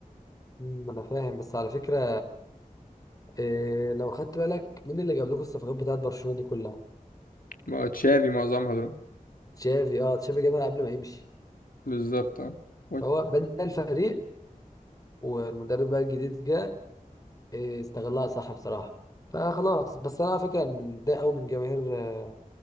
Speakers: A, on the left; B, on the left.
A: أمم، أنا فاهم بس على فكرة إيه لو خدت بالك مين اللي جاب لكم الصفقات بتاعت برشلونة دي كلها؟
B: ما هو تشافي معظمها دول
A: تشافي أه تشافي جابها قبل ما يمشي
B: بالظبط اه و-
A: هو بنى الفريق والمدرب بقى الجديد جه إيه، استغلها صح بصراحة فخلاص بس انا على فكرة متضايق قوي من جماهير آه،